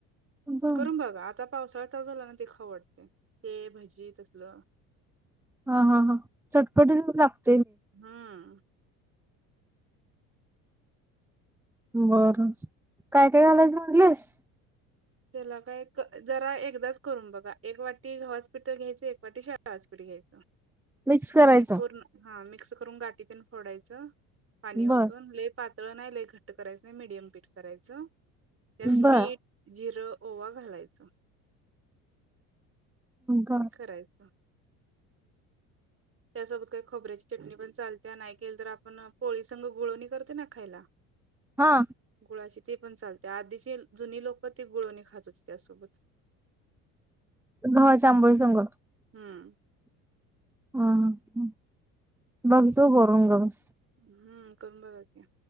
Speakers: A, in the centre; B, on the right (about 30°).
A: बर
B: करून बघ आता पावसाळा चालू झाला ना ते खवडते ते भजी तसलं
A: हा हा हा चटपटी लागत
B: हम्म.
A: बरं काय काय घालायचं म्हंटलीस?
B: त्याला काय जरा एकदाच करून बघा. एक वाटी गव्हाचं पीठ घ्यायचं, एक वाटी शाळवाचं पीठ घ्यायचं
A: मिक्स करायचं
B: आणि पूर्ण हा मिक्स करून गाठी तेन फोडायचं पाणी वतून
A: बर
B: लय पात ळ नाही, लय घट्ट करायचं नाही मिडियम पीठ करायचं. त्यात
A: बर
B: मीठ जिरं ओवा घालायचा.
A: बर
B: आणि करायचं. त्यासोबत काही खोबऱ्याची चटणी पण चालत्या. नाही केलं तर आपण पोळीसंग गुळवणी करतोय ना खायला
A: हा
B: गुळाचे तेपण चालत्या. आधीची जुनी लोक ते गुळवणी खात होते त्यासोबत.
A: गव्हाच्या आंबोळी संग
B: हम्म
A: हं हं बघतू करून <unintelligible>
B: हम्म. करून बघा की?